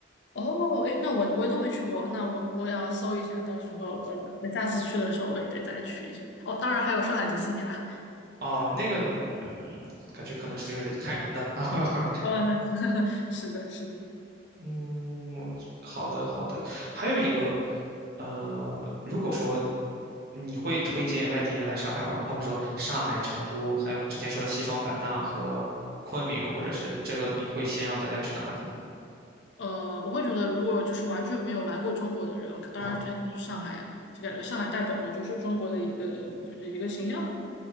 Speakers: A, on the left; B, on the right.
A: 哦，哎，那我我都没去过，那我我也要搜一下，到时候呃，那下次去的时候我也得再去一下。哦，当然还有上海迪士尼啦。
B: 哦，那个，嗯，感觉可能是就是看人的啊。<laughs>
A: 哦，那 <laughs> 是的，是的。
B: 嗯，好的好的。还有一个，呃，如果说你会推荐外地人来上海玩吗？好比说上海、成都，还有之前说的西双版纳和昆明，或者是这个，你会先让大家去哪里呢？
A: 呃，我会觉得如果就是完全没有来过中国的人，我当然推荐他去上海呀，
B: 啊
A: 就感觉上海代表着就是中国的一个就是一个形象吧。